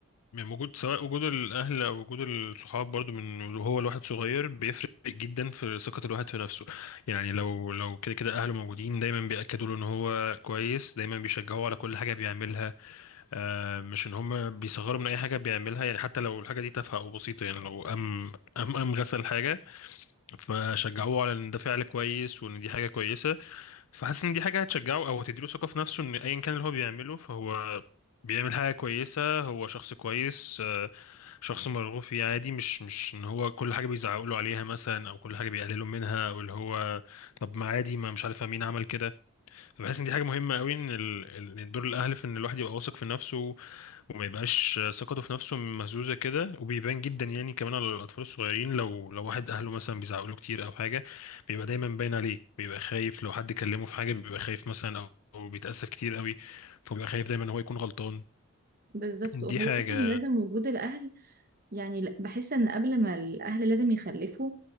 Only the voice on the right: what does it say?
بالظبط
هو
اصلا لازم وجود الاهل يعني ل- بحس ان قبل ما الاهل لازم يخلفوا